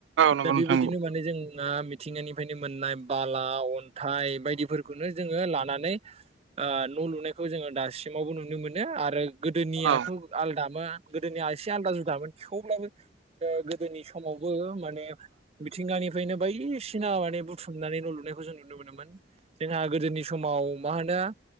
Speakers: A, on the right; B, on the right.
A: नंगौ
B: दा बेबायदिनो
A: नोंथां नंगौ
B: माने जों ना मिथिंगानिफ्रायनो मोननाय बाला अनथाइ बायदिफोरखौनो जोङो लानानै आ न' लुनायखौ जोङो दासिमावबो नुनो मोनो आरो गोदोनियाथ'
A: औ
B: आलदामोन गोदोनिया एसे आलदा जुदामोन थेवब्लाबो ओ गोदोनि समाव बे माने मिथिंगानिफ्रायनो बायदिसिना माने बुथुमनानै न' लुनायखौ जों नुनो मोनोमोन जोंहा गोदोनि समाव मा होनो